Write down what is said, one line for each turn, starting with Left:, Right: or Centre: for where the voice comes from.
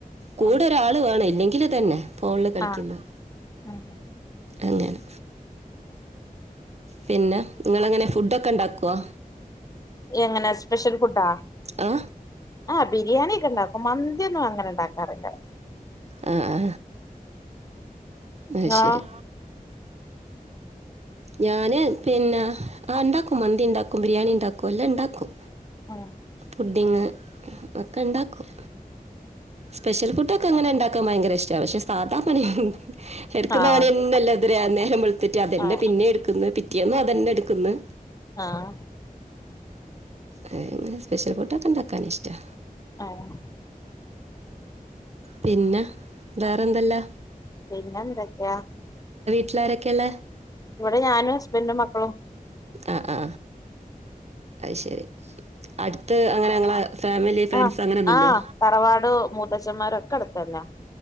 Right: കൂടെ
Left: ആ
Right: ഒരാള് വേണം ഇല്ലെങ്കില് ഇതന്നെ ഫോണില് കളിക്കുന്നേ
Left: ആഹ് ഉം
Right: അങ്ങനെ പിന്നെ നിങ്ങള എങ്ങനെ ഫുഡൊക്കെ ഉണ്ടാക്കുവോ
Left: എങ്ങനെ സ്പെഷ്യൽ ഫുഡാ
Right: ആ
Left: ആ ബിരിയാണിക്കെ ഉണ്ടാക്കും മന്തിയൊന്നും അങ്ങനെ ഉണ്ടാകാറില്ല
Right: ആ ആ ആഹ
Left: ഇങ്ങളോ
Right: ശരി ഞാന് പിന്നെ ആ ഉണ്ടാക്കും മന്തി ഉണ്ടാക്കും ബിരിയാണി ഉണ്ടാക്കും എല്ലാം ഇണ്ടാക്കും.
Left: ആഹ
Right: പുടിഗ് ഒക്കെ ഉണ്ടാക്കും സ്പെഷ്യൽ ഫുഡൊക്കെ അങ്ങനെ ഉണ്ടാക്കാൻ ഭയങ്കര ഇഷ്ട പക്ഷെ സാധാ പണി എടുക്കുന്ന
Left: ആഹ്
Right: ഓന
Left: മതി
Right: നല്ലാതി നേരം വെളുത്തിട്ട് അതന്നെ
Left: ആഹ്
Right: പിന്നെ എടുക്കുന്ന കറ്റിയന്നും അതന്നെ എടുക്കന്ന്
Left: ആഹ
Right: ഏ ഇങ്ങനെ സ്പെഷ്യൽ ഫുഡ്ൊക്കെ ഉണ്ടാക്കാൻ ഇഷ്ടാ
Left: ആഹ
Right: പിന്നെ വേറെന്തല്ലാ?
Left: പിന്നെ എന്തൊക്കെയാ?
Right: വീട്ടിലാരൊക്കെയ ഒള്ള
Left: ഇവിടെ ഞാനും ഹസ്ബൻറും മക്കളും
Right: ആഹ ആ അത് ശരി അടുത്ത് അങ്ങനെ ഞങ്ങളെ ഫാമിലി ഫ്രണ്ട്സ്
Left: ആഹ്
Right: അങ്ങനെയൊന്നുമില്ലേ
Left: ആഹ തറവാടോ മൂത്തച്ഛന്മാര ഒക്കെ അടുത്തന്നയാ